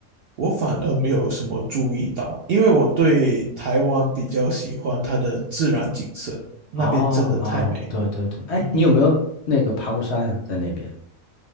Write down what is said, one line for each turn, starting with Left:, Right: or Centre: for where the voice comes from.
Right: 我反而没有什么注意到，因为我对台湾比较喜欢它的自然景色，那边真的太美了。
Left: 哦哦，对对对，哎，
Right: 嗯。
Left: 你有没有那个爬过山呀、在那边？